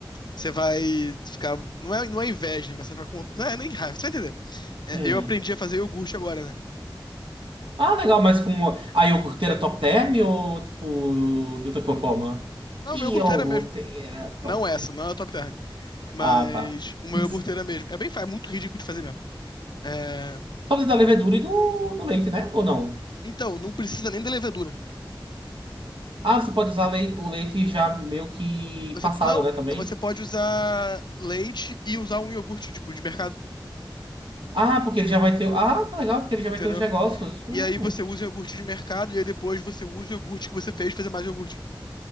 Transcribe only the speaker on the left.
Você vai ficar. Não é, não é inveja, né, mas você vai com. Não é nem raiva, você vai entender. É,
eu aprendi a fazer iogurte agora, né?
Não,
meu iogurteira mesmo.
Não essa,
não é a Top Term. Mas
uma
iogurteira mesmo. É bem, fa- é muito ridículo de fazer mesmo. É,
Então, não precisa nem da levedura.
Você,
não,
você pode usar leite e usar um iogurte, tipo, de mercado,
entendeu?
E aí você usa o iogurte de mercado e aí depois você usa o iogurte que você fez pra fazer mais iogurte.